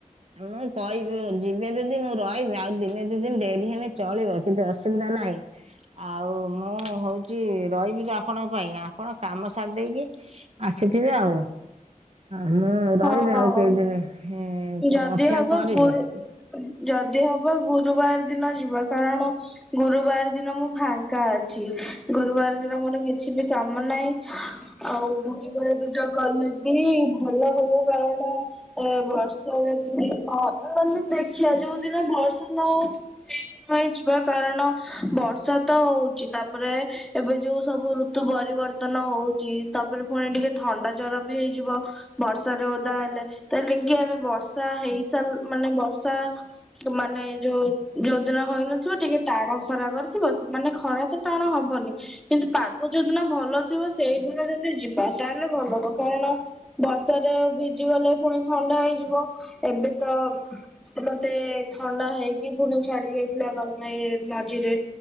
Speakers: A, on the right; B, in the centre.
A: <unintelligible> ମୁଁ କହିବି ଦିନେ ଦିନେ ରହିବେ ଆଉ ଦିନେ ଦିନେ ଡେରି ହେଲେ ଚଳିବ କିଛି ଅସୁବିଧା ନାହିଁ। ଆଉ ମୁଁ ହଉଛି ରହିଯିବି ଆପଣଙ୍କ ପାଇଁ ଆପଣ କାମ ସାରି ଦେଇକି ଆସୁଥିବେ ଆଉ। ମୁଁ ରହିବି
B: ହଁ
A: ଆଉ କେଇଦିନ ଅପେକ୍ଷା
B: ଯଦି ହବ
A: କରିବି।
B: ଗୁରୁ ଯଦି ହବ ଗୁରୁବାର ଦିନ ଯିବା କାରଣ ଗୁରୁବାର ଦିନ ମୁଁ ଫାଙ୍କା ଅଛି। ଗୁରୁବାର ଦିନ ମୋର କିଛି ବି କାମ ନାହିଁ। ଆଉ ଦୁୁରିବଳେ ଦୁଇ ଜଣ ଗଲେ ବି ଭଲ ହବ କାରଣ ଏ ବର୍ଷାରେ ହ ଦେଖିବା ଯୋଉଦିନ ବର୍ଷା ନହଉ ସେଇଦିନ ଯିବା କାରଣ ବର୍ଷା ତ ହଉଛି ତାପରେ ଏବେ ଯୋଉ ସବୁ ଋତୁ ପରିବର୍ତ୍ତନ ହଉଛି ତାପରେ ପୁଣି ଟିକେ ଥଣ୍ଡା ଜର ବି ହେଇଯିବ। ବର୍ଷାାରେ ଓଦା ହେଲେ ତେଣେ କି ଆମେ ବର୍ଷା ହେଇସାରୁ ମାନେ ବର୍ଷା ମାନେ ଯୋଉ ଯୋଉ ଦିନ ହଇନଥିବ ଟିକେ ଟାଣ ଖରା କରିଥିବ ମାନେ ଖରା ତ ଟାଣ ହବନି। କିନ୍ତୁ ପାଗ ଯୋଉଦିନ ଭଲ ଥିବ ସେଇଦିନ ଯଦି ଯିବା ତାହେଲେ ଭଲ ହବ। କାରଣ ବର୍ଷାରେ ଭିଜି ଗଲେ ପୁଣି ଥଣ୍ଡା ହେଇଯିବ, ଏବେ ତ ତ ମତେ ଥଣ୍ଡା ହେଇକି ପୁଣି ଛାଡି ଯାଇଥିଲା <unintelligible> ମଝିରେ